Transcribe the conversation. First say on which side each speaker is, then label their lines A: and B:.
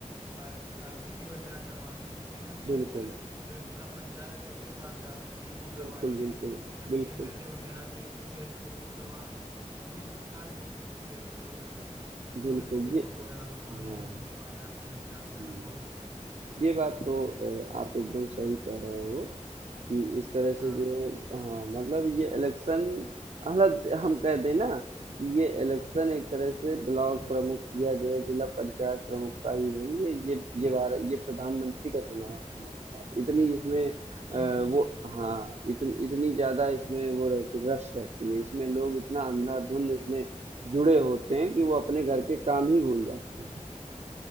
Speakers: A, on the right (about 25°); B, on the right (about 60°).
A: आरसीसी वगैरह करवाने हैं तो उसके लिए हम क्षेत्र
B: बिल्कुल
A: जो जिला पंचायत है उसके पास जा सकते हैं वो करवा
B: बिल्कुल
A: देते
B: बिल्कुल
A: हैं एमपी
B: बिल्कुल
A: एमएलए वगैरह के से वो करवा लेते हैं मतलब ये सब कार्य हो उनके हो जाते हैं छोटे
B: बिल्कुल
A: मोटे रोड
B: ये
A: वगैरह बनवाने
B: हाँ
A: हैं तो हम उनके पास जाते हैं विकास का
B: हम्म।
A: हो जाता है
B: ये बात
A: हम्म,
B: तो अ, आप एकदम सही कह रहे हो कि इस तरह
A: हाँ
B: से जो है हाँ मतलब ये इलेक्शन मतलब हम कह दें ना कि ये इलेक्शन एक तरह से ब्लॉक प्रमुख या जो है जिला पंचायत प्रमुख का ही नहीं है ये ये भारत ये प्रधानमंत्री का चुनाव है समझ लो आप। इतनी इसमें अ,
A: जी
B: वो
A: जी
B: हाँ इतन, इतनी ज्यादा इसमें वो रहती रश रहती है इसमें लोग इतना अंधाधुंध इसमें जुड़े होते हैं कि वो अपने घर के काम ही भूल जाते हैं